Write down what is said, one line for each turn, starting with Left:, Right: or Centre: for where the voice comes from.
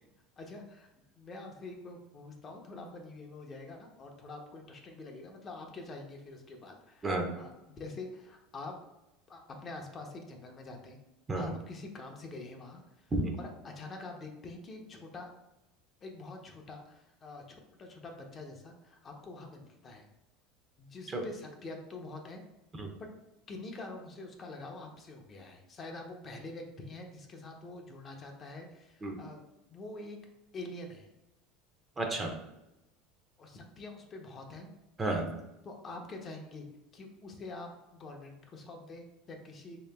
Left: अच्छा मैं आपसे एक पूछता हूँ थोड़ा फनी वे में हो जाएगा और थोड़ा आपको इंटरेस्टिंग भी लगेगा मतलब आप क्या चाहेंगे फिर उसके बाद
Right: हाँ
Left: आ, जैसे आप अपने आसपास से एक जंगल में जाते हैं
Right: हाँ
Left: आप किसी काम से गए हैं वहां
Right: हम्म,
Left: और अचानक आप देखते हैं कि एक छोटा एक बहुत छोटा आ, छोटा छोटा बच्चा जैसा आपको वहां मिलता है जिस
Right: चो-
Left: पे शक्तियां तो बहुत हैं
Right: हम्म,
Left: बट किन्हीं कारणों से उसका लगाव आपसे हो गया है शायद आप वो पहले व्यक्ति हैं जिसके साथ वो जुड़ना चाहता है
Right: हम्म,
Left: आ, वो एक एलियन है
Right: अच्छा
Left: और शक्तियां उस पे बहुत हैं
Right: हाँ
Left: तो आप क्या चाहेंगे कि उसे आप गवर्नमेंट को सौंप दें या किसी